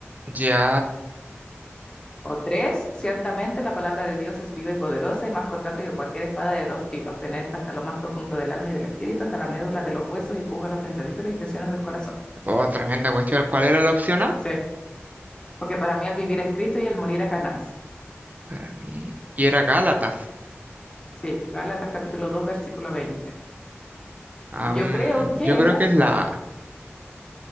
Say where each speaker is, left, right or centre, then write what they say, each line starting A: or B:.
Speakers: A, on the right; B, on the left.
A: Ya.
B: O tres, ciertamente la palabra de Dios es viva y poderosa y más cortante que cualquier espada de dos filos, penetra hasta lo más profundo del alma y del espíritu, hasta la médula de los huesos y juzga los pensamientos y las intenciones del corazón.
A: Oh, tremenda cuestión. ¿Cuál era la opción A?
B: Sí, porque para mí el vivir es Cristo y el morir es ganancia.
A: Para mí. Y era Gálatas.
B: Sí, Gálatas capítulo 2 versículo 20.
A: Ah,
B: Yo
A: mm,
B: creo que,
A: yo creo que es la A.